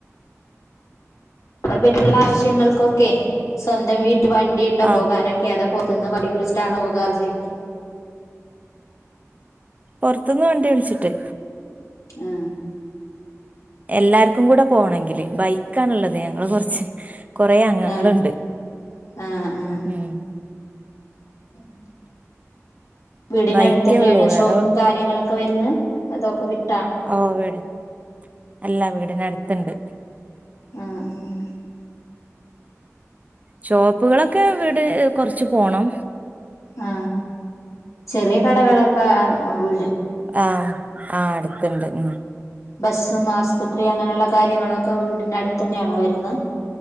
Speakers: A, on the left (about 80°); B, on the right (about 30°).
A: അത് പറ്റുള്ള ആവശ്യങ്ങൾക്കൊക്കെ സ്വന്തം വീട്ട വണ്ടിയുണ്ടോ
B: ആ
A: പോകാനൊക്കെ അതൊ. ന്നിട്ട് വണ്ടിവിളിച്ചിട്ടാണോ പോകാ ചോയിക്ക.
B: പൊറത്തന്ന് വണ്ടി വിളിച്ചിട്ട്.
A: ആഹ.
B: എല്ലാർക്കും കൂടെ പോണെങ്കില് ബൈക്കണുള്ളത് ഞങ്ങള് കൊറച്ച്. കൊറെ അംഗങ്ങളുണ്ട്
A: ആഹ് ആഹ് ആഹ് ആഹ്
B: ഉം.
A: <unintelligible> വീടിനടുത്തന്നെയാണ്
B: ബൈക്കേ ഉള്ളൂ വേറെ
A: ഷോപ്പും കാര്യങ്ങളൊക്കെ വരുന്നെ അതൊക്കെ വിട്ട.
B: ഓ <unintelligible> വീട് അല്ല വീടനടുത്തണ്ട്.
A: ഉം -ഉം
B: ഷോപ്പുകളൊക്കെ ഇവിടെ കൊറച്ച് പോണം
A: ആ ചെറിയ കടകളൊക്കെ ആ വ്
B: ആഹ് ആ അടുത്തുണ്ട് ഉം
A: ബസ്സും ആസ്പത്രിയും അങ്ങനെയുള്ള കാര്യങ്ങളൊക്കെ വീടിനടുത്ത് തന്നെയാണോ വരുന്ന